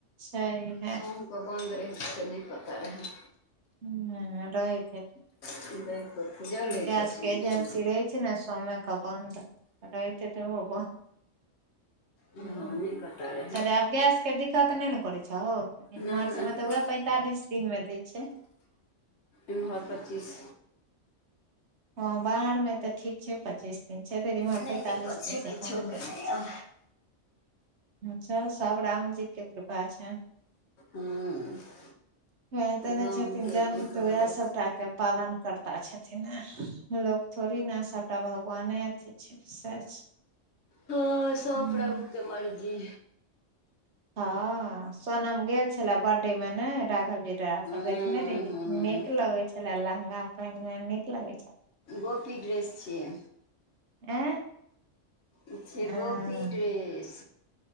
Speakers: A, on the right; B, on the left.
A: छै है
B: सोमक बन्द रहै छै से नहि पता रहै।
A: हुं रहैत हेतै।
B: <unintelligible> रहै
A: गैस
B: छै सोमके
A: के एजेंसी रहै छै ने सोमे कऽ बन्द रहैत हेतै ओहो बन्द।
B: हँ
A: हूं
B: नहि पता रहै
A: चलै आब गैस के दिक्कत नहि ने छहौ। इम्हर
B: नहि नहि
A: सब मे तऽ उएह पैंतालिस दिन मे दै छै। ‌
B: इम्हर पच्चीस
A: हँ बाहर मे तऽ ठीक छै पच्चीस दिन छै धरि इमहर
B: नहि
A: पैंतालिस
B: दिक्कत
A: दिन
B: छै
A: से
B: किछोके
A: कम नै होय
B: नहि
A: छै।
B: आब
A: चल सब रामजी के कृपा छैन।
B: हँ
A: वएह देने
B: रामके
A: छथिन जन्म
B: की कहबै
A: तऽ उएह सबटाके पालन कर ता छथिन ने लोक थोड़ी ने सभटा भगवाने अथी छै सैह छै।
B: हँ सब
A: हूँ
B: प्रभुके मर्जी।
A: हँ सोनम गेल छलै बर्थडे मे नै राघवके डेरा
B: हँ
A: पर देखने रहियै।
B: हँ
A: नीक लगै छलय लहँगा पहिनने नीक लगय छलय।
B: गोपी ड्रेस छियै।
A: एं
B: ई छियै
A: हँ,
B: गोपी ड्रेस।